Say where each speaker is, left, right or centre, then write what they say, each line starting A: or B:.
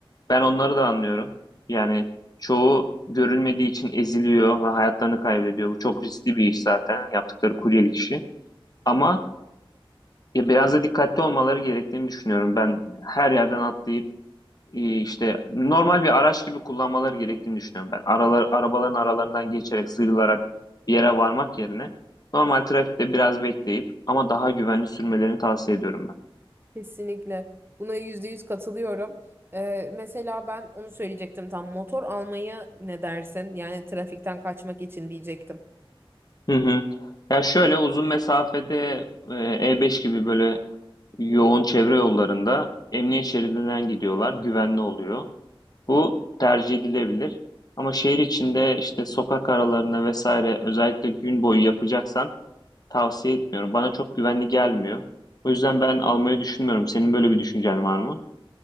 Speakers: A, on the left; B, on the right.
A: Ben onları da anlıyorum. Yani çoğu görülmediği için eziliyor ve hayatlarını kaybediyor. Bu çok riskli bir iş zaten yaptıkları kuryelik işi. Ama ya biraz da dikkatli olmaları gerektiğini düşünüyorum. Ben her yerden atlayıp e, işte normal bir araç gibi kullanmaları gerektiğini düşünüyorum ben. Aralar, arabaların aralarından geçerek sıyrılarak bir yere varmak yerine normal trafikte biraz bekleyip ama daha güvenli sürmelerini tavsiye ediyorum ben.
B: Kesinlikle. Buna yüzde yüz katılıyorum. Ee, mesela ben onu söyleyecektim tam motor almaya ne dersin? Yani trafikten kaçmak için diyecektim.
A: Hı hı. Ya şöyle uzun mesafede e, E5 gibi böyle yoğun çevre yollarında emniyet şeridinden gidiyorlar. Güvenli oluyor. Bu tercih edilebilir. Ama şehir içinde işte sokak aralarında vesaire özellikle gün boyu yapacaksan tavsiye etmiyorum. Bana çok güvenli gelmiyor. O yüzden ben almayı düşünmüyorum. Senin böyle bir düşüncen var mı?